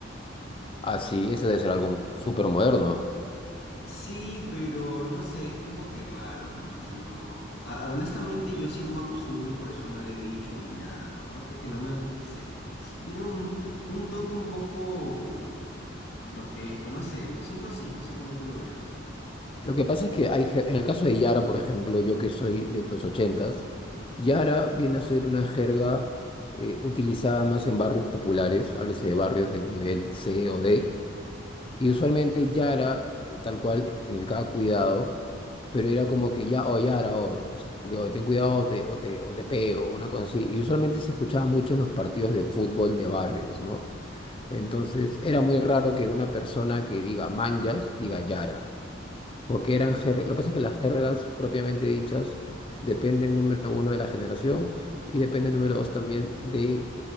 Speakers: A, on the left; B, on the left.
A: Ah, sí, ese debe ser algo súper moderno.
B: Sí, pero no sé, es como que raro, ¿no? O sea, no. ah, ah, honestamente, yo sí no me acostumbro y por eso no le he dicho ni nada, ¿no? Aparte que no me. No sé, no sé, tiene un, un toque un poco grotesco, no sé, lo siento así, no sé cómo tú lo veas.
A: Lo que pasa es que hay, jer- en el caso de Yara, por ejemplo, yo que soy de los ochentas, Yara viene a ser una jerga eh, utilizada más en barrios populares, háblese de barrios de nivel C o D, y usualmente
B: Ya.
A: Yara, eh, tal cual, significaba cuidado, pero era como que ya, o Yara, o, o sea, que, "Oye, ten cuidado, o te, o te, o te pego, una cosa así, y usualmente se escuchaba mucho en los partidos de fútbol de barrios, ¿no? Entonces era muy raro que una persona que diga manjas diga yara, porque eran
B: Sí.
A: jergas, lo que pasa es que las jergas propiamente dichas dependen número uno de la generación y dependen número dos también del